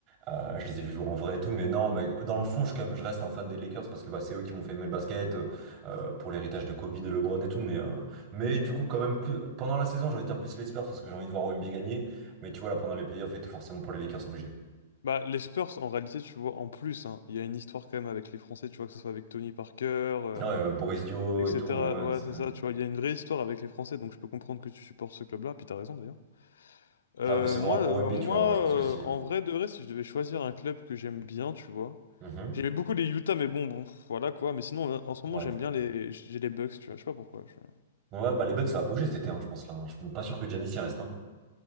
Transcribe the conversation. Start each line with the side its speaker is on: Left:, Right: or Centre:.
Right: Euh, je les ai vus jouer en vrai et tout, mais non, mais dans le fond, je, je reste un fan des Lakers parce que bah, c'est eux qui m'ont fait aimer le basket euh, pour l'héritage de Kobe, de LeBron et tout. Mais, euh, mais du coup, quand même, plus, pendant la saison, j'ai envie de dire plus les Spurs parce que j'ai envie de voir OMB gagner. Mais tu vois, là, pendant les playoffs et tout, forcément pour les Lakers, obligé.
Left: Bah, les Spurs, en réalité, tu vois, en plus, hein, il y a une histoire quand même avec les Français, tu vois, que ce soit avec Tony Parker, euh,
Right: Ouais, euh, Boris Dio
Left: etc.
Right: et tout. Ouais,
Left: Ouais,
Right: c'est
Left: c'est ça, tu vois, il y a une vraie histoire avec les Français, donc je peux comprendre que tu supportes ce club-là, puis t'as raison d'ailleurs. Euh,
Right: Ah, mais c'est vraiment
Left: moi,
Right: pour
Left: euh,
Right: OMB,
Left: moi
Right: tu vois. Moi, je pense
Left: euh,
Right: que si.
Left: en vrai de vrai, si je devais choisir un club que j'aime bien, tu vois,
Right: Mhm.
Left: j'aimais beaucoup les Utah, mais bon, bon, pff, voilà quoi, mais sinon, en en ce moment,
Right: Ouais.
Left: j'aime bien les, j'ai les Bucks, tu vois, je sais pas pourquoi. je-
Right: Ouais, bah les Bucks, ça a bougé cet été, hein, je pense là. hein. Je suis pas sûr que Giannis y reste. hein.